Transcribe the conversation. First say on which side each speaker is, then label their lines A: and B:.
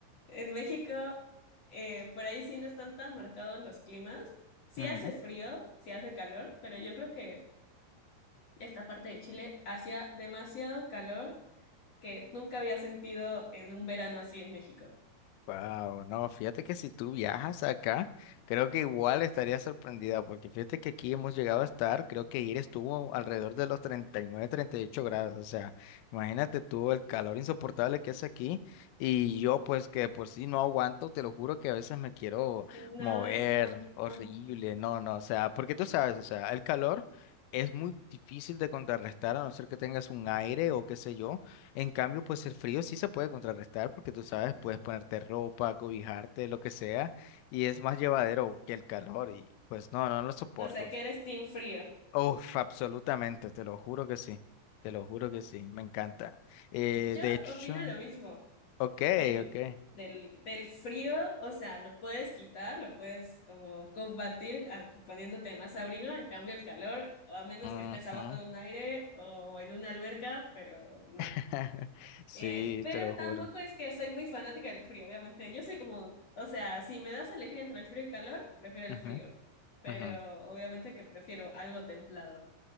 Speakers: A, on the left (about 40°); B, on the left (about 85°).
A: en México, eh, por ahí sí no están tan marcados los climas. Sí
B: <laughs>
A: hace frío, sí hace calor, pero yo creo que esta parte de Chile hacía demasiado calor que nunca había sentido en un verano así en México.
B: Wow, no, fíjate que si tú viajas acá, creo que igual estaría sorprendida, porque fíjate que aquí hemos llegado a estar, creo que ayer estuvo alrededor de los treinta treinta y nueve, treinta y ocho grados, o sea, imagínate tú el calor insoportable que es aquí, y yo pues que de por sí no aguanto, te lo juro que a veces me quiero
A: No,
B: mover,
A: es un montón.
B: horrible, no, no, o sea, porque tú sabes, o sea, el calor... Es muy difícil de contrarrestar a no ser que tengas un aire o qué sé yo, en cambio, pues el frío sí se puede contrarrestar porque tú sabes, puedes ponerte ropa, cobijarte, lo que sea, y es más llevadero que el calor y pues no, no lo soporto.
A: O sea, que eres team frío.
B: Uf, absolutamente, te lo juro que sí, te lo juro que sí, me encanta. Eh,
A: Yo
B: de hecho,
A: opino lo mismo
B: ok,
A: que tú.
B: ok.
A: Del, del frío, o sea, lo puedes quitar, lo puedes como combatir a- poniéndote más abrigo, en cambio el calor, o a menos
B: ujú,
A: que estés abajo de un aire o en una alberca, pero no.
B: <laughs> Sí,
A: Eh, pero
B: te lo
A: tampoco
B: juro.
A: es que soy muy fanática del frío, obviamente. Yo soy como, o sea, si me das a elegir entre el frío y el calor, prefiero el
B: ujú,
A: frío. Pero
B: ujú.
A: obviamente que prefiero algo templado.